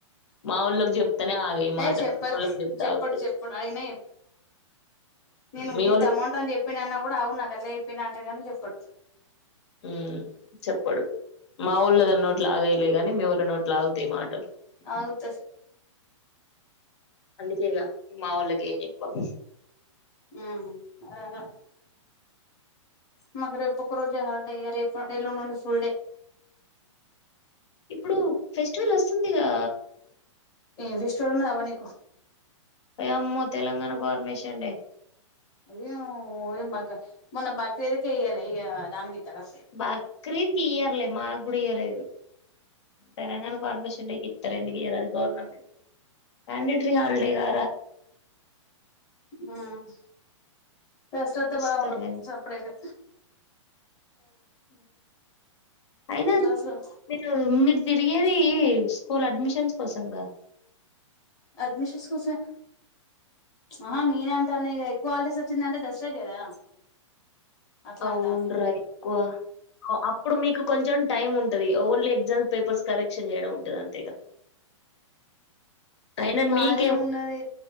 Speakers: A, on the left; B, on the left.
A: మా వాళ్ళకి చెప్తానే ఆగ మాటలు
B: ఏ చెప్పరు
A: వాళ్ళకి చెప్తా
B: చెప్పడు
A: ఆగు
B: చెప్పడు అడిగినా నేను
A: మీ వోళ్ళ
B: ఇంత అమౌంట్ అని చెప్పి అన్నా కూడా అవును నాక్ అట్ చెప్పినాటకాన్ని చెప్పడు
A: హ్మ్ చెప్పడు మా వాళ్ళ దాన్ని నోట్లాగై లే గాని మీ వాల్ళ నోట్లు అగుతాయి మాటలు
B: అవుతది
A: అందుకేగా మా వాళ్ళకే ఏం చెప్పం
B: హ్మ్ అదే అన్నాడు మాకు రేపు ఒక రోజు హాలిడే రేపు ఎల్లుండి నుండి ఫుల్ డే
A: ఇప్పుడు ఫెస్టివల్ వస్తుందిగా
B: ఏం ఫెస్టివల్ ఉన్నది అమ్మ నీకు
A: అయ అమ్మో తెలంగాణ ఫార్మేషన్ డే
B: అయ్యోయ్య మగ మొన్న బక్రీద్ కే ఇయ్యాలే ఇగ దానికి ఇత్తరా
A: బక్రీద్కి ఇయర్లే మాకు గుడ ఇయలేదు తెలంగాణ ఫార్మేషన్ డే కి ఇతరు ఎందుకు ఇయరు అది గవర్నమెంట్ మ్యాండేటరీ హాలిడేగా
B: హ్మ్ దసటత్త
A: ఇస్తారు
B: బాగా ఉండ చప్పుడకి
A: అయినా
B: దసరా
A: మీరు మీర్ తిరిగేది స్కూల్ అడ్మిషన్స్ కోసంగా
B: అడ్మిషన్స్ కోసం ఆహా నేను అంటానే ఇ ఎక్కువ హాలిడేస్ వచ్చిందంటే దసరా కే కదా అట్లా
A: అవును
B: అంటాన
A: రా ఎక్కువ అప్ ఇప్పుడు మీకు కొంచెం టైం ఉంటంది ఓన్లీ ఎగ్జామ్స్ పేపర్స్ కరెక్షన్ చేయడం ఉంటది అంతేగా అయినా
B: మాదే
A: మీకేం
B: ఉన్నది